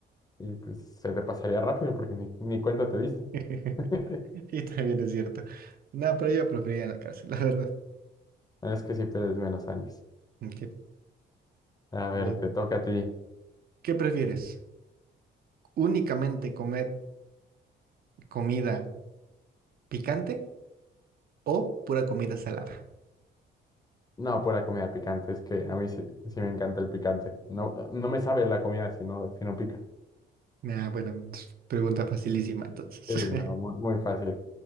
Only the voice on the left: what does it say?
y pues se te pasaría rápido porque ni, ni cuenta te diste.
<laughs>
Bueno, Es que si pierdes menos años.
A ver,
te toca a ti.
No, pura comida picante, es que a mí sí, sí me encanta el picante. No, no me sabe la comida si no, si no pica.
Sí, no, muy, muy fácil.